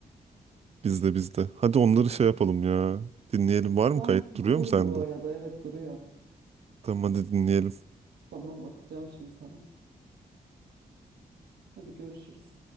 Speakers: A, on the right (about 40°); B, on the right (about 85°).
A: Bizde bizde. Hadi onları
B: Evet.
A: şey yapalım ya. Dinleyelim. Var mı
B: Ben
A: kayıt
B: bulurum
A: duruyor mu sende?
B: bu arada. Evet duruyor.
A: Tamam hadi dinleyelim.
B: Tamam atacağım şimdi sana. Hadi görüşürüz.